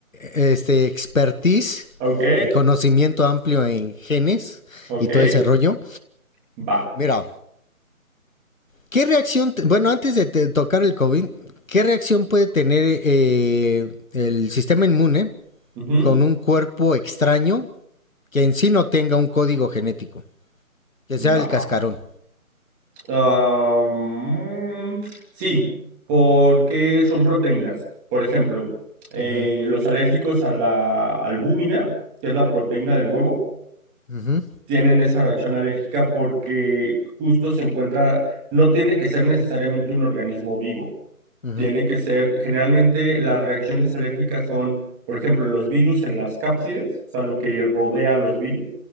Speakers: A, on the left (about 65°); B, in the centre.
A: este, expertise
B: ok,
A: y conocimiento amplio en genes
B: ok,
A: y todo ese rollo.
B: va.
A: Mira, ¿qué reacción? te- Bueno, antes de te- tocar el COVID, ¿qué reacción puede tener eh, el sistema inmune
B: Ujú.
A: con un cuerpo extraño que en sí no tenga un código genético, que
B: No.
A: sea el cascarón.
B: Am, sí, porque son proteínas. Por ejemplo, eh,
A: Ujú,
B: los alérgicos a la albúmina, que es la proteína del huevo
A: ujú,
B: tienen esa reacción alérgica porque justo se encuentra, no tiene que ser necesariamente un organismo vivo,
A: ujú,
B: tiene que ser, generalmente las reacciones alérgicas son, por ejemplo, en los virus, en las cápsides, o sea, lo que rodea a los virus,